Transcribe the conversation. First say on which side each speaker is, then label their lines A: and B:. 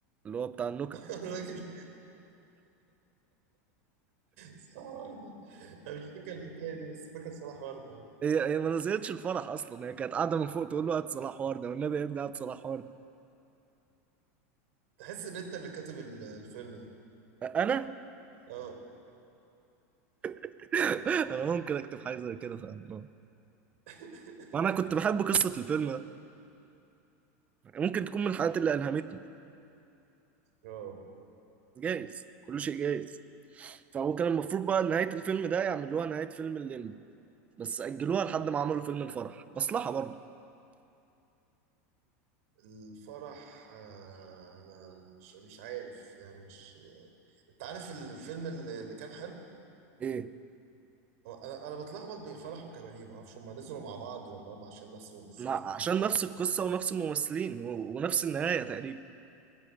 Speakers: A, on the right; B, on the right.
A: اللي هو بتاع النكت
B: <laughs> الراجل صح وردة انا مش فاكر الحكاية دي بس فاكر صلاح وردة
A: <laughs>
B: اه
A: هي هي ما نزلتش الفرح اصلا هي كانت قاعده من فوق تقول له هات صلاح ورده والنبي يا ابني هات صلاح ورده
B: تحس ان انت اللي كاتب ال- الفيلم ده
A: انا
B: اه
A: <laughs> انا ممكن اكتب حاجه زي كده فاهم
B: <laughs>
A: وانا كنت بحب قصه الفيلم ده ممكن تكون من الحاجات اللي الهمتني
B: اه
A: جايز كل شيء جايز فهو كان المفروض بقى نهايه الفيلم ده يعملوها نهايه فيلم الليمبي بس اجلوها لحد ما عملوا فيلم الفرح مصلحه برضه
B: الفرح آه، انا مش مش عارف يعني مش انت عارف الفيلم اللي اللي كان حلو
A: ايه
B: هو انا انا بتلخبط بين فرح وكباريه ما اعرفش هم نزلوا مع بعض ولا هم عشان نفس الممثلين
A: ما عشان
B: ولا ايه
A: نفس القصة ونفس الممثلين و- ونفس النهاية تقريبا